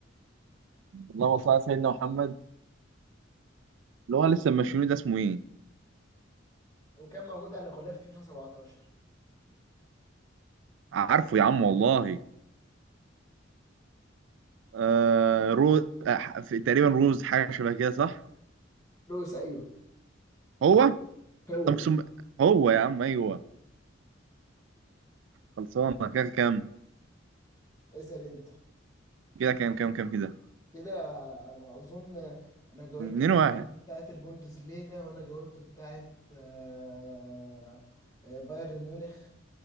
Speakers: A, on the right (about 70°); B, on the left (about 20°).
A: اللهم صل على سيدنا محمد اللي هو لسه ماشيينه ده اسمه ايه
B: وكان موجود على غلاف فيفا 17
A: عارفه يا عم والله آه روز آه في- تقريبا روز حاجه شبه كده صح
B: لويس أيوه
A: هو
B: هو
A: طب اقسم هو يا عم ايوه خلصانه كده كام
B: اسأل أنت
A: كده كام كام كام كده
B: كده على ما أظن أنا جاوبت
A: 2 1
B: بتاعة البوندسليجا وأنا جاوبت بتاعة آه، آه، بايرن ميونخ